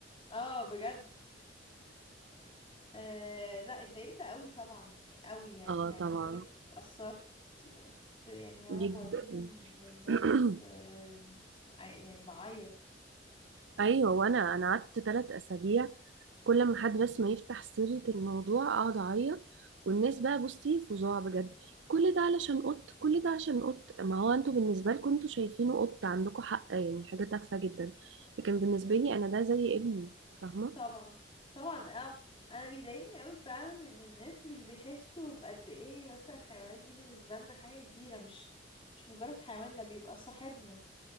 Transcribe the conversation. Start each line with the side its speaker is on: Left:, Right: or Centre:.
Left: اه بجد أه لا اتضايقت قوي طبعا قوي يعني
Right: اه
Left: عايزه
Right: طبعا
Left: اقولك اتأثرت آه، كنت يعني وانا
Right: جدا
Left: بوديهم للناس
Right: <clears throat>
Left: أه عي- يعني بعيط
Right: ايوه وانا انا قعدت ثلاث اسابيع كل ما حد بس ما يفتح سيرة الموضوع اقعد اعيط والناس بقى بصي فظاع بجد كل ده علشان قط كل ده عشان قط ما هو انتوا بالنسبة لكم انتوا شايفينه قط عندكم حق يعني حاجة تافهة جدا لكن بالنسبة لي انا ده زي ابني فاهمة
Left: طبعا طبعا اه انا بيضايقني قوي فعلا ان الناس مش بيحسوا بقد ايه مثلا الحيوانات دي بالنسبه لنا حاجه كبيره مش مش مجرد حيوان ده بيبقى صاحبنا